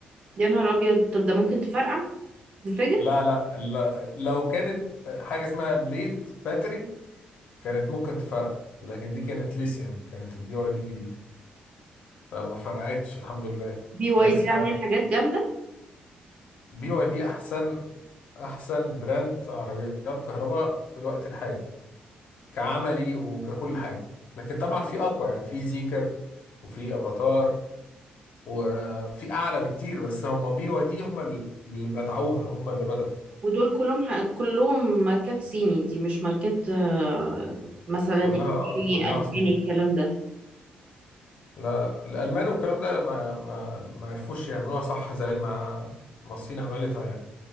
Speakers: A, on the right; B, on the left.
A: يا نهار أبيض طب ده ممكن تفرقع تنفجر
B: لا لا لا- لو كانت حاجة اسمها بليد باتري كانت ممكن تفرقع لكن دي كانت ليثيوم كانت البي واي دي الجديدة فما فرقعتش الحمد لله
A: بي واي
B: بس
A: دي عاملين حاجات جامدة
B: فبي واي دي أحسن أحسن براند عربيات كهرباء في الوقت الحالي كعملي وككل حاجة لكن طبعا في أقوى يعني في زيكر وفي افاتار وفي اعلى بكتير بس هم بي واي دي هم اللي بدعوها هم اللي بدأوا
A: ودول كلهم ح- كلهم ماركات صيني دي مش ماركات آه، مثلا
B: كلها اه كلها
A: يعني
B: صين
A: ألماني الكلام ده
B: لا لا الالمان والكلام ده ما ما ما عرفوش يعملوها صح زي ما ما الصين عملتها يعني